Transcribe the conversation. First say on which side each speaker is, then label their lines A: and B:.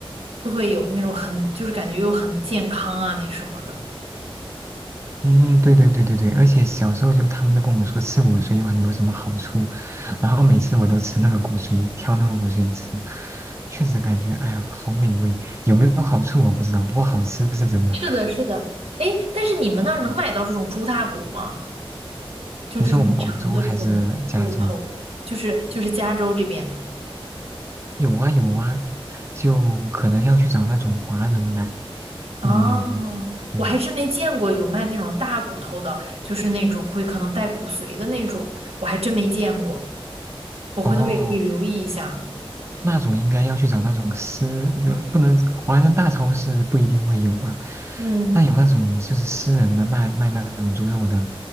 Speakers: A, on the right; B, on the right.
A: 就会有那种很，就是感觉又很健康啊，那什么的。
B: 嗯，对对对对对，而且小时候就他们都跟我说吃骨髓有很多什么好处，然后每次我都吃那个骨髓，挑那个骨髓吃，确实感觉哎呀好美味，有没有好处我不知道，不过好吃是真的。
A: 是的，是的，哎，但是你们那儿能买到这种猪大骨吗？
B: 嗯
A: 就这种很长的这种骨头，
B: 你说我们广州还是加州？
A: 就是就是加州这边。
B: 有啊有啊，就可能要去找那种华人买。
A: 哦，
B: 嗯，对，
A: 我还真没见过有卖那种大骨头的，就是那种会可能带骨髓的那种，我还真没见过。我回头也可以留意一下。
B: 哦。那种应该要去找那种私，就不能华人大超市不一定会有吧，
A: 嗯，
B: 但有那种就是私人的卖卖那种猪肉的，